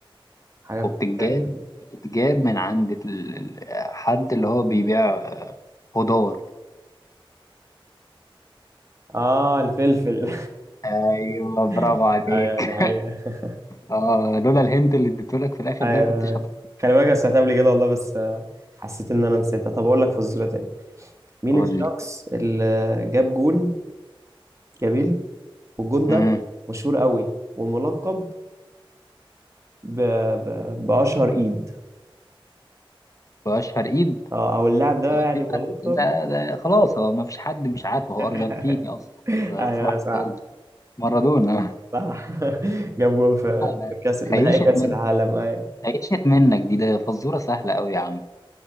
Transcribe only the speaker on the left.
وبتتجاب
بتتجاب من عند ال- ال- حد اللي هو بيبيع خضار
ايوه برافو
عليك
اه لولا الهنت اللي اديتهولك في الاخر
ده ما كنتش
هتقول
لي
امم
واشهر ايد
في
حد ده, ده خلاص هو ما فيش حد مش عارفه هو
ارجنتيني اصلا اصبحت
أقول مارادونا <laughs>
لا
لا
خيشت
من
خيشت منك دي ده فزوره سهله قوي يا عم